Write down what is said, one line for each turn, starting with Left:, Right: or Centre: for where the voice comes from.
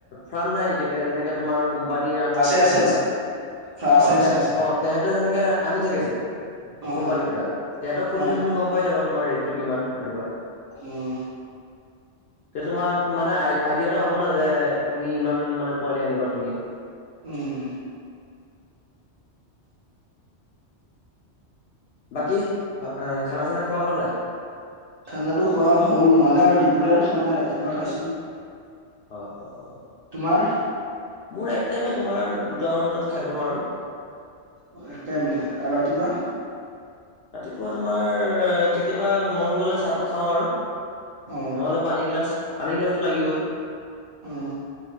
Left: ফাৰ্ম নাই নেকি এনেকে যেনেকে তোমাৰ কোম্পানীৰ আন্দাৰত
Right: আছে
Left: চলি
Right: আছে
Left: থকা।
Right: আছে
Left: অ',
Right: আছে আছে
Left: তেহেত
Right: আছে
Left: অ' তেহেঁতৰ যেনেকে আনি থাকে যে।
Right: অ
Left: কোম্পানীৰ
Right: অ
Left: পৰা তেহঁতক সুধিলে
Right: অ
Left: তুমি গম পাই যাবা। তোমাৰ ৰেটটো কিমান তেনেকুৱা।
Right: উম।
Left: তে তোমাৰ মানে আই আইডিয়া এটা হ'ব ন যে তুমি ইমান মানে পোৱালি আনিবা তুমি।
Right: উম।
Left: বাকী, ভা খানা চানা খোৱা হ'ল নাই।
Right: খানাটো খোৱা হ'ল হোৱা নাই বাৰু দুপৰীয়াৰ খোৱা নাই ৰাতিপুৱা খাইছোঁ।
Left: অ', অ', অ'।
Right: তোমাৰ।
Left: মোৰ এক টাইমে তোমাৰ দুটামান বজাত খাই দিওঁ আৰু।
Right: অ' একটাইমে ৰাতিপুৱা।
Left: ৰাতিপুৱা তোমাৰ কেতিয়াবা মন গ'লে চাহটো খাওঁ আৰু।
Right: অ
Left: নহ'লে পানী গিলাচ, পানী গিলাচটো লাগিবই।
Right: উম।